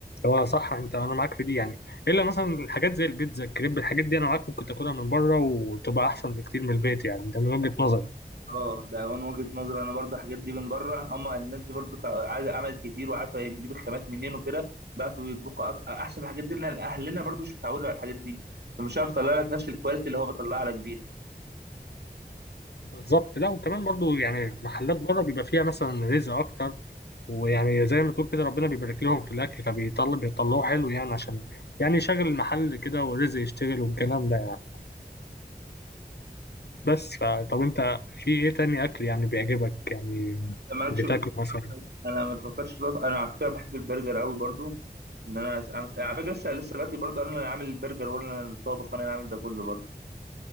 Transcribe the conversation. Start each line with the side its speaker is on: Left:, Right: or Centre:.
Left: هو صح انت انا معاك في دي يعني الا مثلا الحاجات زي البيتزا الكريب الحاجات دي انا معاك ممكن تاكلها من بره وتبقى احسن بكتير من البيت يعني ده من وجهة نظري
Right: اه ده من وجهة نظري انا برضو الحاجات دي من بره هم الناس دي برضو تع- عايزه عمل كتير وعارفه هي بتجيب الخامات منين وكده بقى بيطبخوا أك- احسن من الحاجات دي لان اهلنا برضو مش متعودين على الحاجات دي فمش عارف اطلع لك نفس الكواليتي اللي هو بطلعها لك بيها
Left: بالظبط لا وكمان برضو يعني محلات بره بيبقى فيها مثلا رزق اكتر ويعني زي ما تقول كده ربنا بيبارك لهم في الاكل فبيطلع بيطلعوه حلو يعني عشان يعني يشغل المحل كده والرزق يشتغل والكلام ده يعني. بس فطب انت في ايه تاني اكل يعني بيعجبك يعني
Right: أنت مالكش
Left: بتاكله
Right: في-
Left: مثلا
Right: انا ما بفكرش في الوضع- انا على فكره بحب البرجر قوي برضو ان انا أس- أمس... على فكره لسه لسه دلوقتي برضو انا اللي عامل البرجر وانا اللي الطابخ وانا اللي عامل ده كله برضو